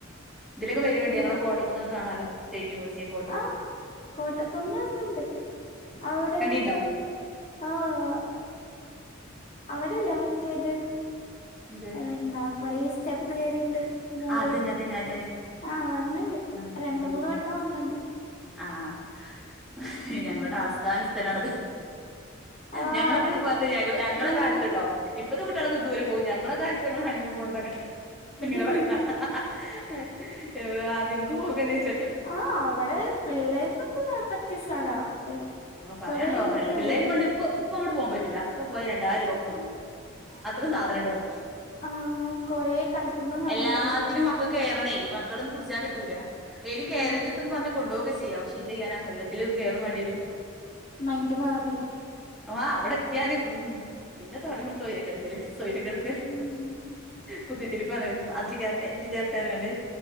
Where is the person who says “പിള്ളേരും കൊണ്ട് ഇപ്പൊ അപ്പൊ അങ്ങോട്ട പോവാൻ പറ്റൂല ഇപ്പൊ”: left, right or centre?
Centre